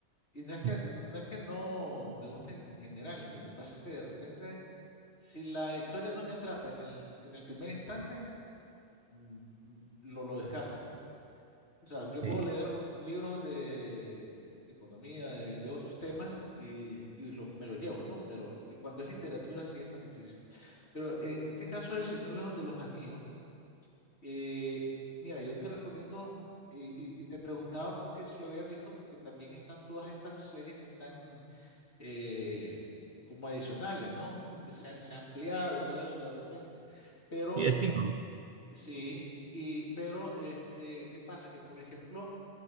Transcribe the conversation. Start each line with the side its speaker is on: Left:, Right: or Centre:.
Left: Y no es que,
Right: Sí,
Left: no es que no me guste en general, lo que pasa es que de repente, si la historia no me atrapa en el, en el primer instante, mm, mm, lo, lo descarto. O sea, yo puedo
Right: sí,
Left: leer libros de, de economía, de, de otros temas y, y lo- me lo llevo, ¿no? Pero y cuando es literatura sí es más difícil. Pero en este caso del Señor lo- de los Anillos, eh, mira, yo te recomiendo, y, y- y te preguntaba porque si lo habías visto, porque también están todas estas series que están eh, como adicionales, ¿no? Porque se han, se ha ampliado y todo eso de repente. Pero
Right: es pingüino.
Left: sí, y, pero este, ¿qué pasa? Que por ejemplo